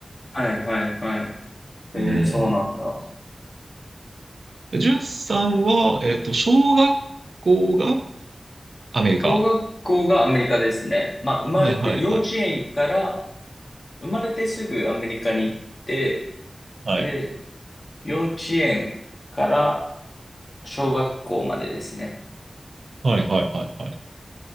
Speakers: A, on the left; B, on the right.
A: はいはいはい。ええ、
B: うん。
A: そうなんだ。
B: で、んさんは、えっと、小学校がアメリカ。
A: 小学校がアメリカですね。まあ、生まれて、
B: はいはいはい。
A: 幼稚園から、生まれてすぐアメリカに行って、
B: はい。
A: で、幼稚園から小学校までですね。
B: はいはいはいはい。